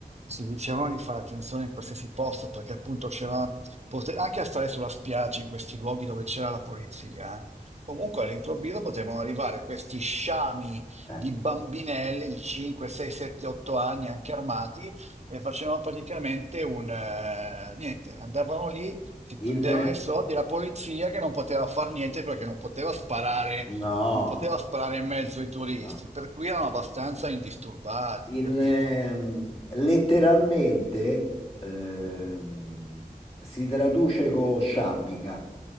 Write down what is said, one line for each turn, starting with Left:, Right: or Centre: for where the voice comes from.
Right: si dicevano di fare attenzione in qualsiasi posto perché appunto c'era, pote- anche a stare sulla spiaggia in questi luoghi dove c'era la polizia, comunque all'improvviso potevano arrivare questi sciami
Left: certo.
Right: di bambinelli di 5, 6, 7, 8 anni anche armati e facevano praticamente un... eh, niente, andavano lì, si prendevano
Left: In,
Right: i soldi, la polizia che non poteva far niente perché non poteva sparare,
Left: No,
Right: non poteva sparare in mezzo ai turisti,
Left: no.
Right: per cui erano abbastanza indisturbati,
Left: Il,
Right: capito?
Left: ehm, letteralmente ehm, si traduce con sciabica,